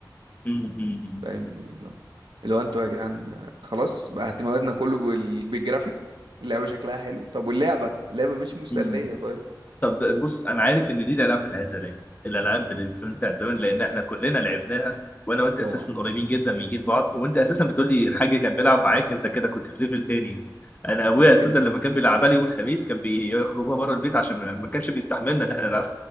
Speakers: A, on the left; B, on the right.
A: مم. مم.
B: فاهم يعني اللي هو اللي هو انتوا يا جدعان آه، خلاص بقى اهتماماتنا كله بال- بالجرافيك اللعبه شكلها حلو طب واللعبه اللعبه مش مسليه
A: مم.
B: طيب
A: طب بص انا عارف ان دي الالعاب بتاعت زمان الالعاب الالكترونيه بتاعت زمان لان احنا كلنا لعبناها وانا وانت
B: طبعا
A: اساسا قريبين جدا من جيل بعض وانت اساسا بتقول لي الحاج كان بيلعب معاك انت كده كنت في ليفل تاني انا ابويا اساسا
B: كان-
A: لما كان بيلعبها لي يوم الخميس كان بيخرجوها بره البيت عشان ما كانش بيستحملنا ان احنا نلعب